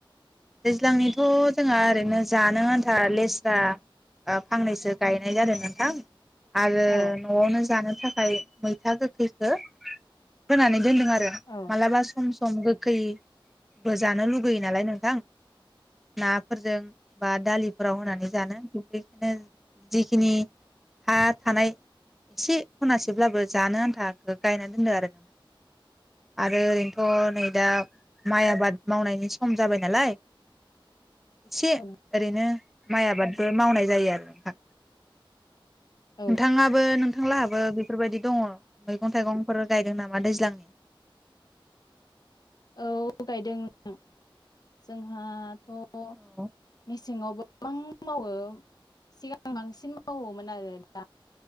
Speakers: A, in the centre; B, on the left.
A: दैज्लांनिथ' जोंहा ओरैनो जानो आन्था लेस्रा ओ फांनैसो गायनाय जादों नों थां आरो
B: औ
A: नआवनो जानो थाखाय मै था गोखैखो फोनानै दोनदों आरो
B: औ
A: मालाबा सम सम सम गोखै बो जानो लुगैयो नालाय नोंथां। नाफोरजों बा दालिफोराव होनानै जानो बेखायनो जिखिनि हा थानाय से खनासेब्लाबो जानो आन्था गायना दोनो आरो आरो ओरैनोथ नै दा माइ आबाद मावनायनि सम जाबाय नालाय। से
B: औ
A: ओरैनो माइ आबादबो मावनाय जायो आरो नोंथां
B: औ
A: नोंथाङाबो नोंथांलाहाबो बेफोरबायदि दङ? मैगं थाइगंफोर गायदों नामा दैज्लांनि?
B: औ गायदों <inaudible> जोंहाथ। थ'
A: औ
B: मिसिङाव गोबां मावो सिगां बांसिन मावोमोन आरो दा